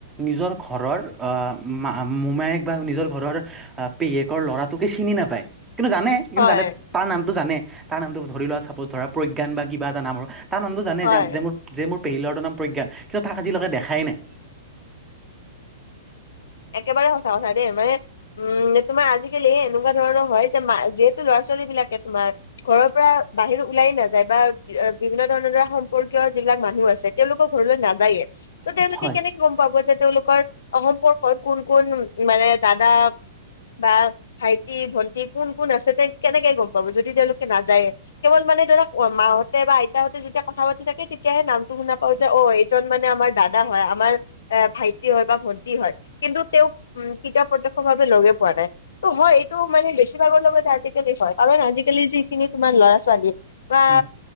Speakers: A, in the centre; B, on the left (about 80°).
A: নিজৰ ঘৰৰ মা মোমায়েক বা নিজৰ ঘৰৰ পেহীয়েকৰ ল'ৰাটোকে চিনি নাপায়। কিন্তু জানে কিন্তু
B: হয়
A: জানে তাৰ নামটো জানে তাৰ নামটো ধৰি লোৱা চাপজ ধৰা প্ৰজ্ঞান বা কিবা এটা নামৰ তাৰ নামটো জানে
B: হয়
A: যে মোৰ মোৰ পেহীৰ ল'ৰটো নাম প্ৰজ্ঞান কিন্তু তাক আজিলৈকে দেখাই নাই।
B: একেবাৰে সঁচা কথা দেই মানে উম তোমাৰ আজিকালি এনেকুৱা ধৰণৰ হয় যে যিহেতু ল'ৰা ছোৱালী তোমাৰ ঘৰৰ পৰা বাহিৰ ওলাই নাযায় বা বিভিন্ন ধৰণৰ সম্পৰ্কীয় যিবিলাক মানুহ আছে তেওঁলোকৰ ঘৰলৈ নাযায়ে ত' তেওঁলোকে
A: হয়
B: কেনেকে গম পাব যে তেওঁলোকৰ সম্পৰ কোন কোন মানে দাদা বা ভাইটি, ভন্টি কোন কোন আছে তেওঁ কেনেকে গম পাব যদি তেওঁওলোকে নাযায়ে কেৱল মানে ধৰক মাহঁতে বা আইতাহঁতে যেতিয়া কথা পাতি থাকে তেতিয়াহে নামটো শুনা পাওঁ যে অ' এইজন মানে আমাৰ দাদা। দাদা হয়, আমাৰ এ, ভাইটি হয় বা ভন্টি হয়। কিন্তু তেওঁক উম, কিতা প্ৰত্যক্ষভাৱে লগে পোৱা নাই ত' মই এইটো মানে বেছিভাগৰ লগত আজিকালি হয়। কাৰণ আজিকালি যিখিনি তুমাৰ ল'ৰা ছোৱালী বা
A: উম,